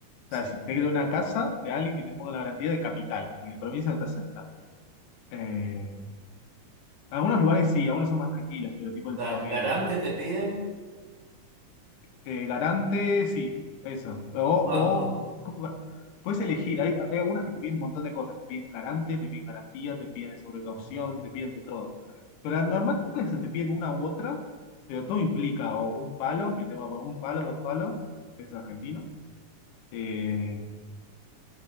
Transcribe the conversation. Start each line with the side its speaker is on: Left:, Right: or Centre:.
Left: O
Right: Sí.
Left: sea, si te queda una casa de alguien que te ponga la garantía de capital, porque de provincia no te acepta. Eh, algunos lugares sí, algunos son más tranquilos, pero tipo
Right: Ga-
Left: el promedio.
Right: ¿Garante te piden
Left: Eh, Garante, sí, eso. O, o
Right: cuánto?
Left: ¿cómo ga- puedes elegir. Hay, hay algunas que te piden un montón de cosas. Te piden garante, te piden garantía, te piden sobrecaución,
Right: Ah,
Left: te piden de todo. Pero las normales te piden una u otra, pero todo implica o un palo, que te va a poner un palo, dos palos, peso argentino. Eh,